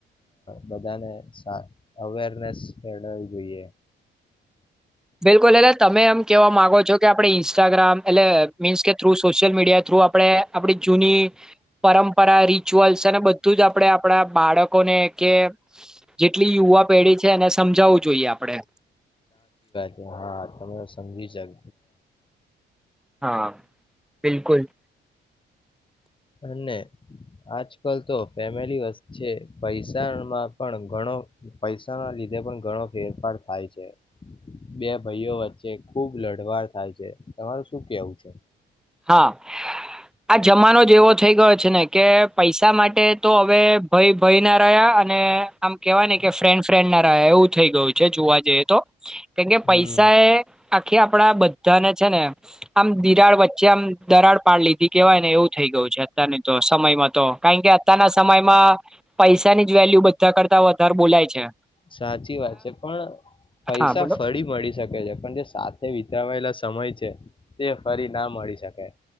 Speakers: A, on the left (about 25°); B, in the centre.
A: બધાને અવેરનેસ મેળવી જોઈએ.
B: બિલકુલ એલે તમે એમ કેહેવા માંગો છો કે આપણે ઇન્સ્ટાગ્રામ એટલે મીન્સ કે થ્રુ સોશિયલ મીડિયા થ્રુ આપણે આપ જૂની પરંપરા રિચુઅલ્સ અને બધું જ આપણે આપણા બાળકોને કે જેટલી યુવા પેઢી છે એને સમજાવવું જોઈએ આપણે.
A: કે હા તમે સમજી શ.
B: હા બિલકુલ.
A: અને આજકાલ તો ફેમિલી વચ્ચે પૈસામાં પણ ઘણો પૈસા ના લીધે પણ ઘણો ફેરફાર થાય છે બે ભાઈઓ વચ્ચે ખુબ લડવાર થાય છે તમારું શું કેવું છે.
B: હા. આ જમાનો જેવો. એ થઈ ગયો છે ને કે પૈસા માટે તો હવે ભય ભય ના રહ્યા અને આમ કેવાય ને કે ફ્રેન્ડ ફ્રેન્ડ ના રહ્યા એવું થઈ ગયું છે જોવા જઈએ તો. કેમકે
A: હમ્મ.
B: પૈસા એ આખી આપણા બધાને છે ને. આમ દિરાડ વચ્ચે. પછ આમ દરાડ પાડ લીધી કેવાય ને એવું થઈ ગયું છે અત્યની તો સમયમાં તો કારણ કે અત્યના સમયમાં પૈસાની જ વેલ્યુ બધા કરતા વધારે બોલાય છે.
A: સાચી વાત છે પણ પૈસા
B: હા બોલો
A: ફરી મળી શકે છે પણ જે સાથે. વાયેલા સમય છે તે ફરી ના મળી શકાય.